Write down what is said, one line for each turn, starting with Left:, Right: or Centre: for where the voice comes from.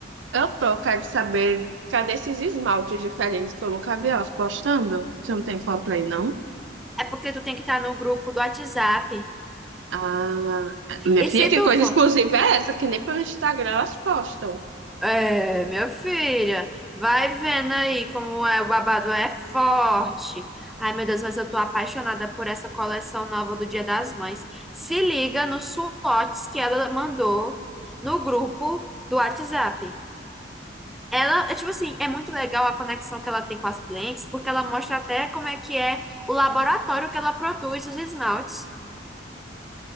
Right: Eu tô, quero saber, cadê esses esmaltes diferentes que eu nunca vi elas postando? Você não tem foto aí, não?
Centre: É porque tu tem que estar no grupo do WhatsApp.
Right: Ah, minha
Centre: E
Right: filha,
Centre: se
Right: que
Centre: tu
Right: coisa
Centre: for,
Right: exclusiva é essa? Que nem pelo Instagram elas postam.
Centre: é, meu filho, vai vendo aí como é, o babado é forte. Ai, meu Deus, mas eu tô apaixonada por essa coleção nova do Dia das Mães. Se liga nos swatches que ela mandou no grupo do WhatsApp. Ela, é tipo assim, é muito legal a conexão que ela tem com as clientes, porque ela mostra até como é que é o laboratório que ela produz os esmaltes.